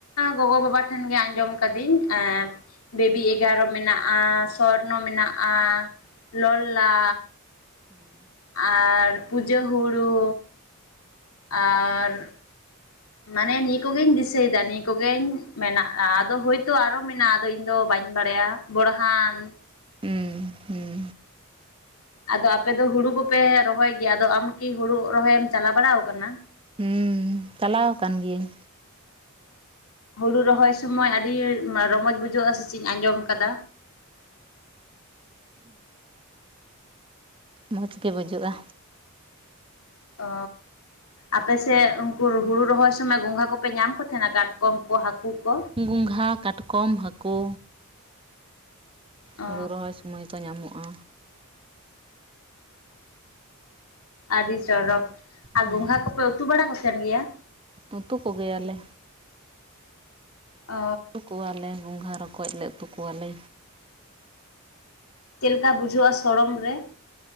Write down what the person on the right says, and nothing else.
ᱦᱮᱸ
ᱦᱩᱸ ᱦᱩᱸ
ᱦᱮᱸ ᱪᱟᱞᱟᱣ ᱟᱠᱟᱱ ᱜᱤᱭᱟᱹᱧ
ᱢᱚᱡᱽ ᱜᱮ ᱵᱩᱡᱩᱜᱼᱟ
ᱜᱚᱝᱜᱷᱟ ᱠᱟᱴᱠᱚᱢ ᱦᱟᱹᱠᱩ
ᱦᱳᱲᱩ ᱨᱚᱦᱚᱭ ᱥᱚᱢᱚᱭ ᱚᱠᱛᱚ ᱧᱟᱢᱚᱜᱼᱟ
ᱦᱮᱸ
ᱩᱛᱩ ᱠᱚᱜᱮᱭᱟᱞᱮ
ᱩᱛᱩ ᱠᱚᱣᱟᱞᱮ ᱜᱚᱸᱜᱷᱟ ᱨᱚᱠᱚᱡ ᱞᱮ ᱩᱛᱩ ᱠᱚᱣᱟᱞᱮ